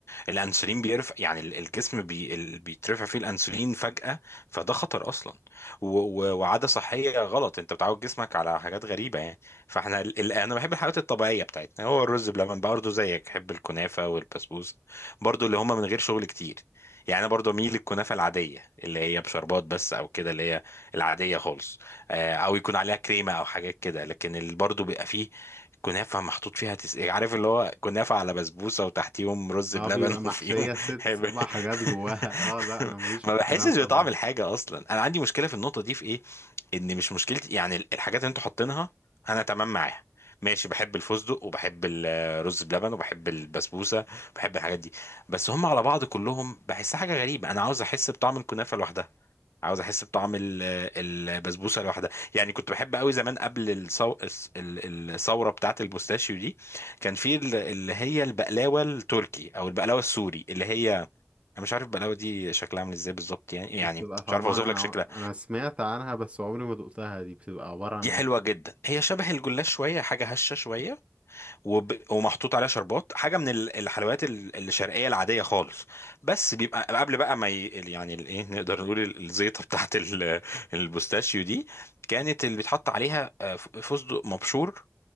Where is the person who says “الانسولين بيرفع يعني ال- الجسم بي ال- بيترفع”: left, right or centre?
Left